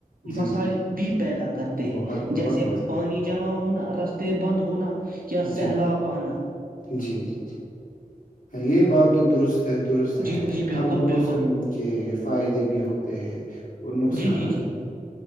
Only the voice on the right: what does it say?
مسائل
بھی پیدا کرتے ہیں
جیسے
پانی جمع ہونا رستے بند ہونا
یا سیلاب آنا
جی
جی
بالکل
بالکل
جی جی جی